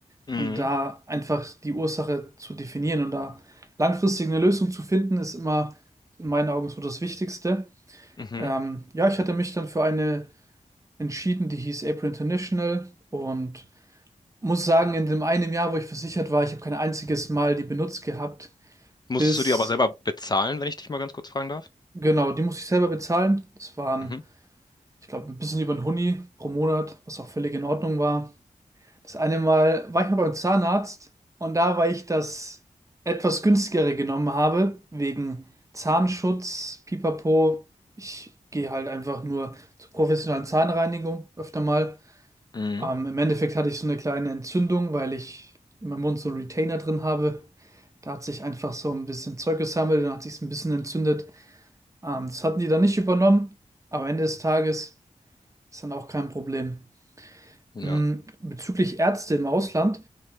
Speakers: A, on the left; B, on the right.
A: Mhm.
B: Und da einfach die Ursache zu definieren und da langfristig eine Lösung zu finden, ist immer in meinen Augen so das Wichtigste.
A: Mhm.
B: Ähm, ja, ich hatte mich dann für eine entschieden, die hieß April International und muss sagen, in dem einen Jahr, wo ich versichert war, ich habe kein einziges Mal die benutzt gehabt
A: Musstest
B: bis,
A: du die aber selber bezahlen, wenn ich dich mal ganz kurz fragen darf?
B: genau, die musste ich selber bezahlen. Das waren,
A: Mhm.
B: ich glaube, ein bisschen über ein Hunni pro Monat, was auch völlig in Ordnung war. Das eine Mal war ich mal beim Zahnarzt und da, weil ich das etwas günstigere genommen habe, wegen Zahnschutz, Pipapo, ich gehe halt einfach nur zur professionellen Zahnreinigung öfter mal.
A: Mhm.
B: Ähm, im Endeffekt hatte ich so eine kleine Entzündung, weil ich in meinem Mund so einen Retainer drin habe. Da hat sich einfach so ein bisschen Zeug gesammelt und hat sich ein bisschen entzündet. Ähm, das hatten die dann nicht übernommen, aber am Ende des Tages ist dann auch kein Problem.
A: Ja.
B: Ähm, bezüglich Ärzte im Ausland,